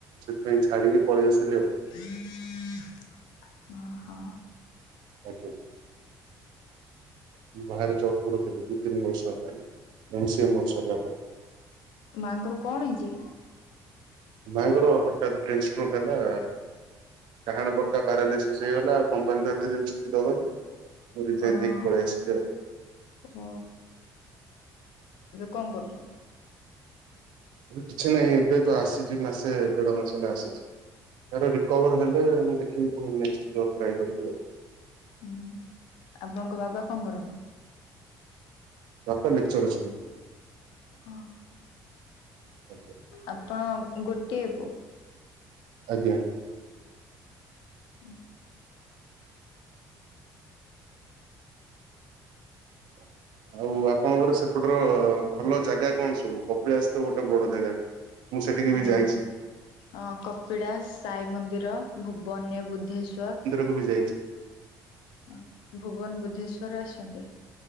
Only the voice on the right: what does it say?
ସେଥିପାଇଁ ଛାଡିକି ପଳେଇ ଆସିଲି ଆଉ।
ଆଜ୍ଞା। ମୁଁ ବାହାରେ ଜବ୍ କରୁଥିଲି ଦିଇ ତିନି ବର୍ଷ ହେଲାଣି ମ ସି ଏ ମୋରୋ ସରିଲା ପରେ।
ମାଆଙ୍କର ହଠାତ୍ ବ୍ରେନ୍ ଷ୍ଟ୍ରୋକ୍ ହେଲା। ଡ଼ାହାଣ ପଟଟା ପାରାଲିସିସ୍ ହେଇଗଲା ଆଉ କମ୍ପାନୀତ ଏତେ ଦିନି ଛୁଟି ଦବନି। ମୁଁ ରିଯାଇନ୍
ଦେଇକି ପଳେଇ ଆସିଲି ଆଉ।
ଏବେ କିଛି ନାହିଁ ଏବେ ତ ଆସିଚି ମାସେ ଦେଢ ମାସ ହେଲା ଆସିଚି। ୟାର ରିକୋଭର୍ ହେଲେ ମୁଁ ଦେଖିବି ପୁଣି ନେକ୍ସଟ୍ ଜବ୍ ଟ୍ରାଏ କରିବି ଆଉ।
ବାପା ଲେକ୍ଚର ଅଛନ୍ତି।
ଆଜ୍ଞା।
ଆଜ୍ଞା।
<inaudible> ଆଉ ଆପଣଙ୍କର ସେପଟର ଭଲ ଜାଗା କଣ ସବୁ? କପିଳାଶ ତ ଗୋଟେ ବଡ଼ ଜାଗା। ମୁଁ ସେଠିକି
ବି ଯାଇଛି
ମୁଁ ବି ଯାଇଛି।